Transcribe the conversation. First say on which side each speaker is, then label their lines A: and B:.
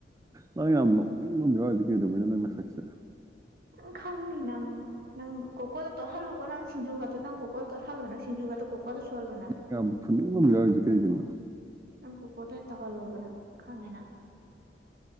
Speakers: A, on the right (about 20°); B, on the right (about 60°).
A: ꯅꯪ ꯌꯥꯝ ꯂꯣꯛꯅꯤꯡꯕ ꯑꯝ ꯌꯥꯎꯔꯤꯖꯦ ꯀꯩꯗꯧꯕꯩꯅꯣ ꯅꯪ ꯅꯁꯛꯁꯦ
B: ꯅꯪ ꯈꯪꯅꯤ ꯅꯪ ꯅꯪ ꯀꯣꯀꯣꯗ ꯇꯣꯠꯍꯜꯂꯨꯀꯣ ꯅꯪ ꯁꯤꯡꯖꯨꯒ ꯅꯪ ꯀꯣꯀꯣꯗ ꯇꯣꯠꯍꯜꯂꯣ ꯅꯪ ꯁꯤꯡꯖꯨꯒꯗꯣ ꯀꯣꯀꯣꯗ ꯁꯨꯍꯜꯂꯣ ꯅꯪ
A: ꯌꯥꯝ ꯐꯨꯅꯤꯡꯕ ꯑꯃ ꯌꯥꯎꯔꯤꯁꯦ ꯀꯩꯒꯤꯅꯣ
B: ꯅꯪ ꯀꯣꯀꯣꯗ ꯇꯧꯍꯜꯂꯣꯕ ꯅꯪ ꯈꯪꯉꯦ ꯅꯪ